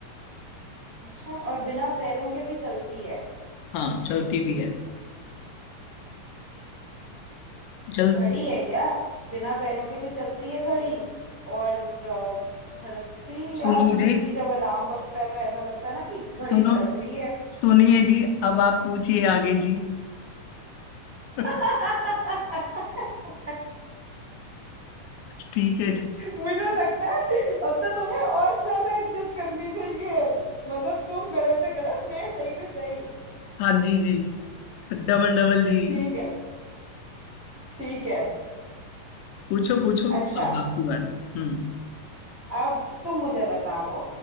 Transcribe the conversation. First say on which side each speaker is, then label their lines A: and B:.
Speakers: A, on the right; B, on the left.
A: अच्छा और बिना पैरों के भी चलती है
B: हाँ चलती भी है जल
A: घड़ी है क्या बिना पैरों के भी चलती है घड़ी और अ, धड़कती
B: सुनिए
A: यार मे
B: जी
A: बी जब अलार्म बजता है तो ऐसा लगता है ना कि घड़ी
B: सुनो
A: धड़क रही है
B: सुनिए जी अब आप पूछिए आगे जी <laughs>
A: <laughs>
B: ठीक है जी
A: मुझे लगता है अब तो तुम्हें और ज्यादा इज्जत करनी चाहिए मतलब तुम गलत पे गलत मैं सही पे सही
B: हाँ जी जी डबल डबल जी
A: ठीक है ठीक है
B: पूछो पूछो
A: अच्छा
B: अब आपकी बारी हम्म
A: अब तुम मुझे बताओ